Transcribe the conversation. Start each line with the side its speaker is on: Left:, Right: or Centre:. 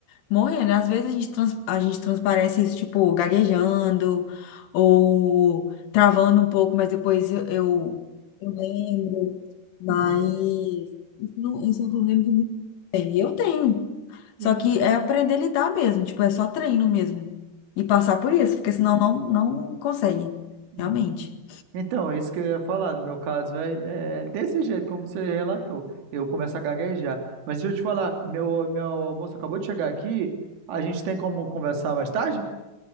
Left: morrendo. Às vezes a gente, trans- a gente transparece isso, tipo, gaguejando ou travando um pouco, mas depois eu, eu, eu lembro. Mas
Right: Uhum.
Left: isso, não, isso é um problema que não tem. Eu tenho. Só
Right: E-
Left: que é aprender a lidar mesmo, tipo, é só treino mesmo. E passar por isso, porque senão não, não consegue,
Right: e-
Left: realmente.
Right: Então, é isso que eu ia falar. No meu caso, é, é desse jeito, como você relatou. Eu começo a gaguejar. Mas deixa eu te falar, meu, meu almoço acabou de chegar aqui. A gente tem como conversar mais tarde?